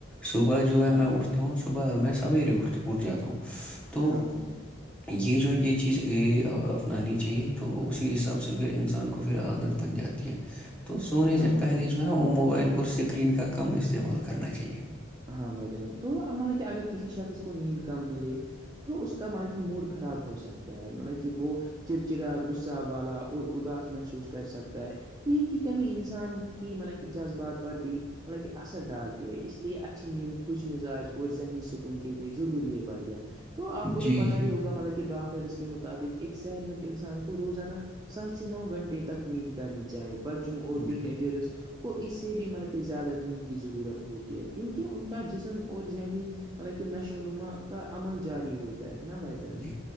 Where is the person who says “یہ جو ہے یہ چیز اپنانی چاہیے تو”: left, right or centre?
Centre